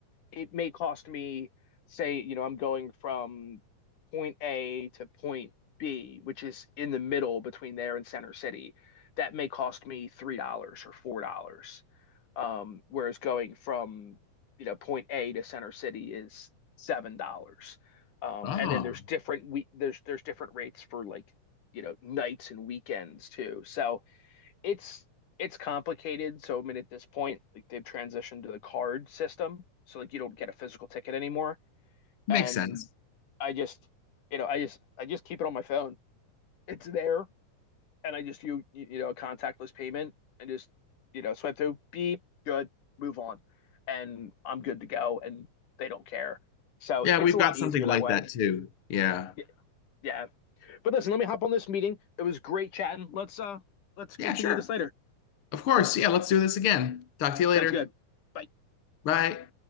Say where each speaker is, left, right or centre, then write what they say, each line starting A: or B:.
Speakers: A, on the left; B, on the left.
A: it may cost me, say, you know, I'm going from point A to point B, which is in the middle between there and Center City. That may cost me three dollars or four dollars. Um, whereas going from you know point A to Center City is seven dollars. Um,
B: Oh,
A: and then there's different we there's there's different rates for like you know nights and weekends too. So it's it's complicated. So I mean at this point, like they've transitioned to the card system, so like you don't get a physical ticket anymore.
B: makes
A: And
B: sense.
A: I just you know I just I just keep it on my phone. It's there and I just you you know a contactless payment and just you know swipe through beep good move on and I'm good to go and they don't care so
B: Yeah,
A: it's
B: we've
A: a lot
B: got something
A: easier
B: like
A: that way
B: that too. Yeah.
A: Yeah, yeah but listen let me hop on this meeting it was great chatting let's uh let's continue
B: Yeah, sure.
A: this later
B: Of course. Yeah, let's do this again. Talk to you
A: sounds
B: later.
A: good bye
B: Bye.